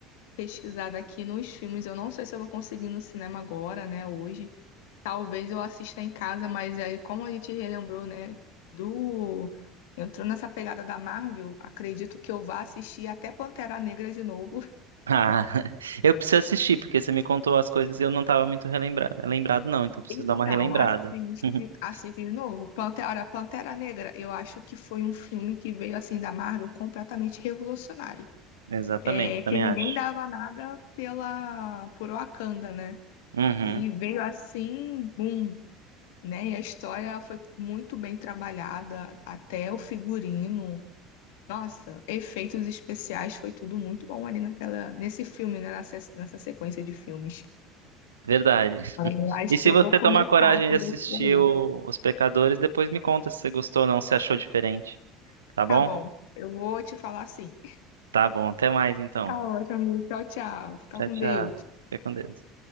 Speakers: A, on the left (about 65°); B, on the right (about 80°).
A: pesquisada aqui nos filmes. Eu não sei se eu vou conseguir no cinema agora, né, hoje. Talvez eu assista em casa, mas aí, como a gente relembrou, né, do... Entrou nessa pegada da Marvel, acredito que eu vá assistir até Pantera Negra de novo.
B: Ah, <laughs> eu preciso assistir, porque você me contou as coisas e eu não estava muito relembrado. Lembrado não, então preciso
A: Então,
B: dar uma relembrada.
A: assiste,
B: <laughs>
A: assiste de novo. Pantera, Pantera Negra, eu acho que foi um filme que veio, assim, da Marvel completamente revolucionário.
B: Exatamente,
A: É, que
B: também
A: ninguém
B: acho.
A: dava nada pela, por Wakanda, né?
B: Uhum,
A: E veio assim, boom, né? E a história foi muito bem trabalhada, até o figurino. Nossa, efeitos especiais foi tudo muito bom ali naquela, nesse filme, né? Nessa, nessa sequência de filmes.
B: verdade. <laughs>
A: Aí Eu acho
B: E
A: que
B: se
A: eu
B: você
A: vou começar
B: tomar coragem
A: por
B: de assistir
A: esse aí.
B: o- Os Pecadores, depois me conta se você gostou ou não, se achou diferente. Tá bom?
A: Tá bom, eu vou te falar assim.
B: Tá bom, até mais então.
A: Tá ótimo, amigo. Tchau, tchau. Fica
B: Tchau,
A: com
B: tchau.
A: Deus.
B: Fica com Deus.